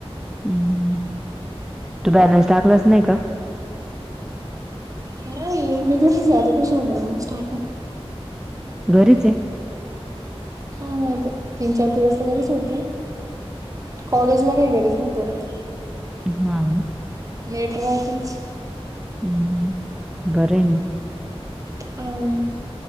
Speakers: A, in the centre; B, on the right.
A: हम् तू बॅलन्स टाकलास नाही का
B: नाही मी घरीच आहे आता कशाला बॅलन्स टाकू
A: घरीच आहे
B: हा नाही तर तीन चार दिवस घरीच होती कॉलेज ला काही गरज नाही पडत
A: हा
B: नेट राहतच
A: हम्म बरं मग
B: ह.